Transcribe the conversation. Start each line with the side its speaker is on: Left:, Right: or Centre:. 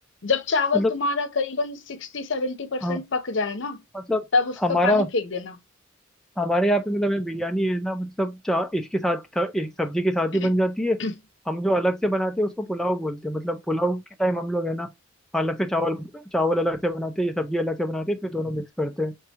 Left: जब चावल
Centre: मतलब
Left: तुम्हारा करीबन सिक्सटी सेवेंटी परसेंट
Centre: हाँ
Left: पक जाए ना
Centre: मतलब
Left: तब उसका
Centre: हमारा
Left: पानी फेंक देना
Centre: हमारे यहाँ पे मतलब ये बिरयानी है ना मतलब चा इसके साथ थ- एक सब्जी के साथ
Left: <clears throat>
Centre: ही बन जाती है हम जो अलग से बनाते हैं उसको पुलाव बोलते हैं मतलब पुलाव के टाइम हम लोग है ना अलग से चावल चावल अलग से बनाते हैं ये सब्जी अलग से बनाते हैं फिर दोनों मिक्स करते हैं